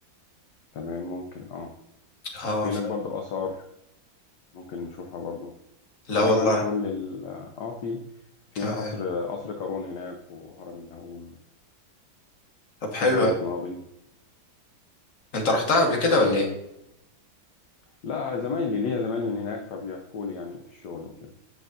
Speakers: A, on the left; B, on the left.
A: تمام ممكن اه
B: اه
A: في
B: ف...
A: هناك برضه آثار ممكن نشوفها برضه
B: لا
A: يبقى
B: والله
A: جمعنا كل ال اه في في
B: تمام
A: هنا قصر قصر قارون هناك وهرم اللاهون
B: طب
A: وفي
B: حلو
A: قرية
B: أوي.
A: ماضي
B: انت رحتها قبل كده
A: وفي
B: ولا ايه
A: لا زمايلي ليا زمايل من هناك فبيحكوا لي يعني في الشغل وكده